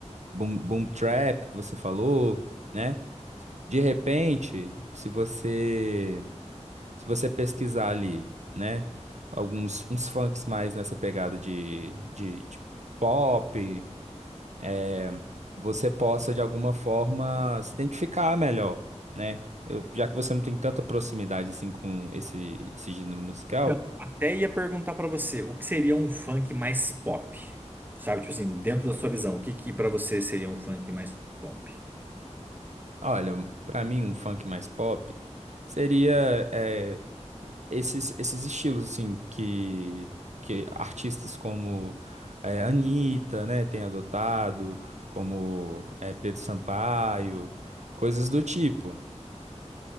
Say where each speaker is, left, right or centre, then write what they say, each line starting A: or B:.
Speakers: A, on the right (about 70°); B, on the right (about 15°).
A: boom, boom trap que você falou, né? De repente, se você, se você pesquisar ali, né? Alguns uns funks mais nessa pegada de, de de pop, eh, você possa de alguma forma se identificar melhor, né? Eu- já que você não tem tanta proximidade assim com esse, esse gênero musical,
B: Então, até ia perguntar pra você, o que seria um funk mais pop? Sabe, tipo assim, dentro da sua visão, o que que para você seria um funk mais pop?
A: olha, pra mim um funk mais pop seria eh, esses, esses estilos assim que, que artistas como eh, Anitta, né, tem adotado, como eh, Pedro Sampaio, coisas do tipo. O